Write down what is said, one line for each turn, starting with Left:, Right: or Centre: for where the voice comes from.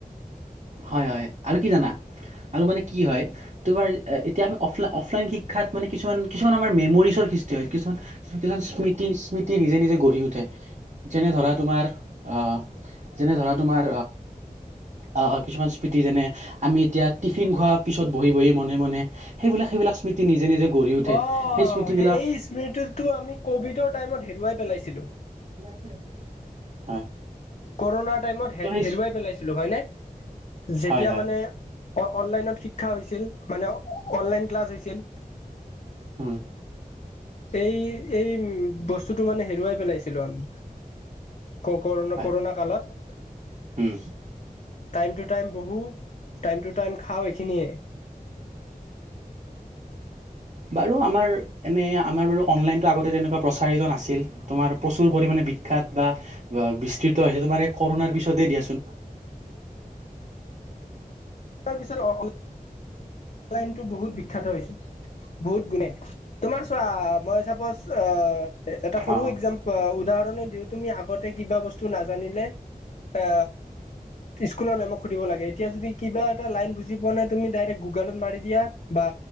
Right: হয় হয় আৰু কি জানা আৰু মানে কি হয় তোমাৰ এতিয়া আমি অফলন অফলাইন শি শিক্ষাত মানে কিছুমান কিছুমান আমাৰ মেমৰিজৰ সৃষ্টি হয় কিছুমান কিছুমান স্মৃতি স্মৃতি নিজে নিজে গঢ়ি উঠে। যেনে ধৰা তোমাৰ আহ যেনে ধৰা তোমাৰ আহ কিছুমান স্মৃতি যেনে আমি এতিয়া টিফিন খোৱাৰ পিছত বহি বহি মনে মনে সেইবিলাক সেইবিলাক স্মৃতি নিজে নিজে গঢ়ি উঠে
Left: অ
Right: সেই স্মৃতিবিলাক
Left: এই স্মৃতিটো আমি কভিডৰ টাইমত হেৰুৱাই পেলাইছিলো।
Right: <unintelligible> হয়।
Left: ক'ৰণাৰ টাইমত হেৰুৱাই
Right: ত' সেই
Left: পেলাইছিলো হয় নে? যেতিয়া
Right: হয় হয়
Left: মানে অ অনলাইনত শিক্ষা হৈছিল মানে অনলাইন ক্লাছ হৈছিল
Right: উম
Left: এই এই উ বস্তুতটো মানে হেৰুৱাই পেলাইছে <unintelligible> আমি, ক কৰো
Right: হয়
Left: কৰোণা কালত
Right: উম
Left: টাইম টু টাইম বহো, টাইম টু টাইম খাওঁ এইখিনিয়ে। <inaudible>
Right: বাৰু আমাৰ এনে আমাৰ বাৰু অনলাইনতো আগতে তেনেকুৱা প্ৰচাৰিত নাছিল, তোমাৰ প্ৰচুৰ পৰিমানে বিখ্যাত বা বিস্তৃত হৈছে তোমাৰ এই কৰোণাৰ পিছতেই দিয়াচোন।
Left: তাৰ পিছত অ <unintelligible> অনলাইনটো বহুত বিখ্যাত হৈছে বহুত গুণে। তোমাৰ চোৱা মই চাপজ এ এটা সৰু
Right: অ
Left: একজা উদাহৰণে দিও তুমি আগতে কিবা বস্ত- টো নাজানিলে আ স্কুলৰ মেমক সুধিব লাগে। এতিয়া যদি- কিবা এটা লাইন বুজি পোৱা নাই তুমি ডাইৰেক্ট গু- গুগত মাৰি দিয়া বা